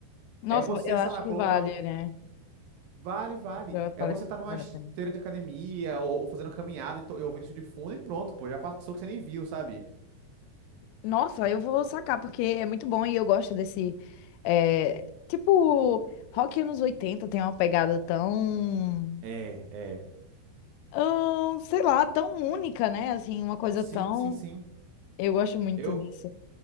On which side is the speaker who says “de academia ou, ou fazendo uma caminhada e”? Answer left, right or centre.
Right